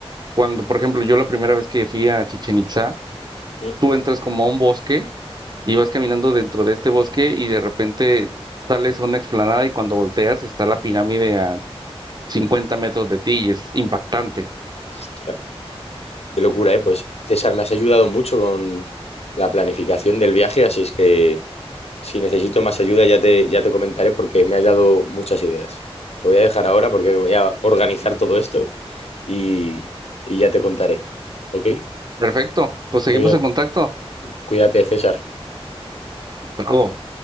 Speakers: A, on the right; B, on the left.
A: cuando, por ejemplo, yo la primera vez que fui a Chichen Itzá,
B: Mm.
A: tú entras como a un bosque y vas caminando dentro de este bosque y de repente sales a una explanada y cuando volteas está la pirámide a 50 metros de ti y es impactante.
B: Ostras. Qué locura, ¿eh? Pues César, me has ayudado mucho con la planificación del viaje, así es que si necesito más ayuda ya te, ya te comentaré porque me has dado muchas ideas. Te voy a dejar ahora porque voy a organizar todo esto y, y ya te contaré. ¿Ok?
A: Perfecto, pues
B: Muy
A: seguimos
B: bien.
A: en contacto.
B: Cuídate, César.
A: Hasta luego.